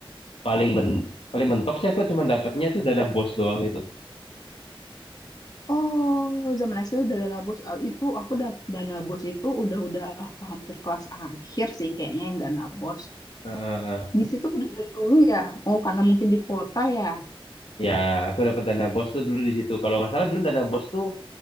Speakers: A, on the left; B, on the left.
A: paling men paling mentok sih aku cuma dapatnya tuh dana bos doang gitu.
B: Oh, zaman SD udah dana bos. Oh, itu aku udah dana bos itu udah-udah aku hampir kelas akhir sih kayaknya yang dana bos.
A: Heeh.
B: Di situ udah dari dulu ya. Oh, karena mungkin di kota ya.
A: ya aku dapat dana bos tuh dulu di situ. Kalau nggak salah dulu dana bos tuh